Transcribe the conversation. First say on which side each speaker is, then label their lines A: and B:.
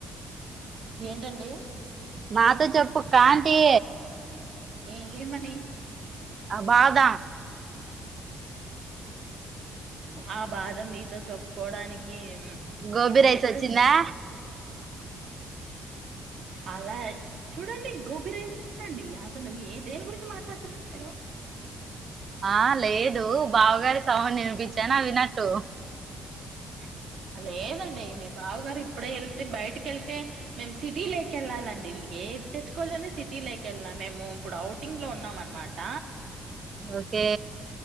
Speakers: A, on the right; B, on the right.
A: ఏంటండి
B: మాతో చెప్పు కాంటి
A: ఏ ఏ మనీ
B: అ బాధ
A: ఆ బాధ మీతో చెప్పుకోడానికి
B: గోబీ
A: ఇప్పుడు
B: రైస్
A: ఇంటరెస్ట్
B: వచ్చిందా
A: అలా చూడండి గోబి రైస్ ఏంటండి అసలు ఏ దేని గురించి మాట్లాడుతునారు సర వరు <unintelligible>
B: ఆ లేదు బావగారి సౌండ్ వినిపించాను అ వినట్టు
A: <inaudible> లేదండి మీ బావగారు ఇప్పుడే వెళ్తే బయటికీ వెళ్ళితే మేం సిటీ లేక వెళ్ళాలండి ఏది తెచ్చుకోవాలని సిటీలోకి వెళ్ళాలీ మేము ఇప్పుడు అఔటింగ్ లో ఉన్నాం అన్న మాట
B: ఓకే